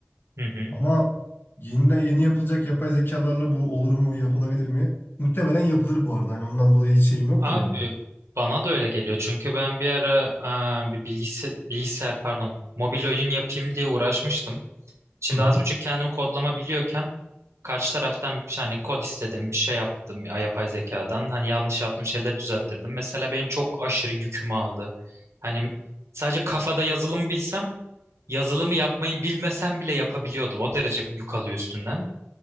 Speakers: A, on the right; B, on the left.
A: hı hı.
B: Ama yeni yeni yapılacak yapay zekalarla bu olur mu, yapılabilir mi? Muhtemelen yapılır bu arada. Hani ondan dolayı hiç şeyim yok
A: Abi
B: da benim.
A: bana da öyle geliyor. Çünkü ben bir ara e, bir bilgisayar, bilgisayar pardon mobil oyun yapayım diye uğraşmıştım. Şimdi
B: Hı hı.
A: az buçuk kendimi kodlama biliyorken karşı taraftan bir şey- hani kod istedim, bir şey yaptım ya- yapay zekadan. Hani yanlış yaptığım şeyleri düzelttirdim. Mesela benim çok aşırı yükümü aldı. Hani sadece kafada yazılımı bilsem, yazılımı yapmayı bilmesem bile yapabiliyordum. O derece yük alıyor üstünden.